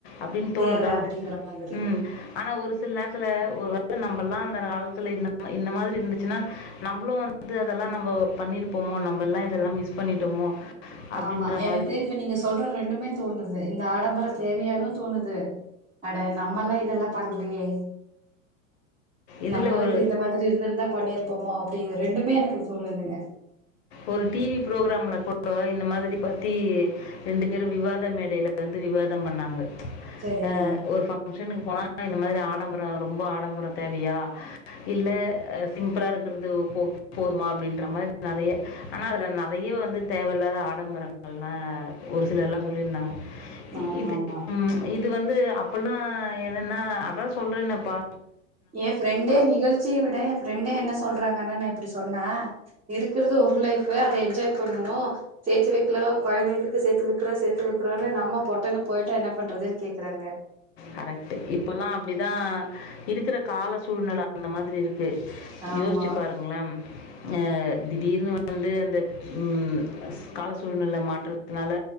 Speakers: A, on the left (about 50°); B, on the right (about 15°).
A: அப்டின் தோணுதா
B: தேவ அப்டிங்கிற மாதிரி
A: ம் ஆனா ஒரு சில நேரத்துல ஒரு வேள நம்மல்லா அந்த காலத்துல இந்த இந்த மாதிரி இருந்துச்சுன்னா நம்மளு வந் அது அதெல்லா நம்போ பண்ணிருப்போமோ நம்ம எல்லா இதெல்லா மிஸ் பண்ணிட்டோமோ அப்பிடின்ற
B: ஆமா எனக்கு
A: மாதிரி.
B: இப்ப நீங்க சொல்ற ரெண்டுமே தோணுது இந்த ஆடம்பரோ தேவையானனு தோணுது அட நம்மல்லா இதெல்லா பண்ணலியே
A: இதில
B: நம்மளுக்கு
A: ஒரு
B: இந்த மாதி ரி இருந்து திருந்தா பண்ணிருப்போமோ அப்டிங்க ரெண்டுமே எனக்கு தோணுதுங்க
A: ஒரு டிவி ப்ரோக்ராம்ல கூட இந்த மாதிரி பத்தி ரெண்டு பேரு விவாத மேடைல வந்து விவாதம் பண்ணாங்க
B: செரிங்க
A: அ ஒரு ஃபங் க்ஷனுக்கு போனா இந்த மாதிரி ஆடம்பரோ ரொம்ப ஆடம்பரோ தேவையா இல்ல அ சிம்பிளா இருக்கிறது ஓ போ போதுமா அப்டின்ற இது மாரி நெறைய ஆனா அதுல நெறைய வந்து தேவல்லாத ஆடம்பரங்கள்னா ஒரு சிலர்லா சொல்லிருந்தாங்க
B: ஆமா
A: இது
B: ஆமா
A: ம் இது வந்து அப்பில்லா என்னன்னா அதா சொல்றேனேப்பா
B: எ ஃப்ரெண்டே நிகழ்ச்சி விட எ ஃப்ரெண்டே என்ன சொல்றாங்கன்னு நா இப்டி சொன்னா இருக்கிறது ஒரு லைஃப் அத என்ஜாய் பண்ணனு சேத்து வக்கலா கொழந்தைங்களுக்கு கு சேத்து விக்கிறோ சேத்து விக்கோன்னு நம்ம பொட்டன்னு போயிட்டா என்ன பண்றதுன்னு கேட்கிறாங்க
A: கரெக்ட்டு இப்பெல்லா அப்டிதா இருக்கிற கால சூழ்நெல அந்த மாதிரி இருக் கே
B: ஆமா
A: யோசிச்சு பாருங்களேம் அ திடீர்னு வந்து அந்த ம் ஸ் கால சூழ்நெல மாற்றத் துனால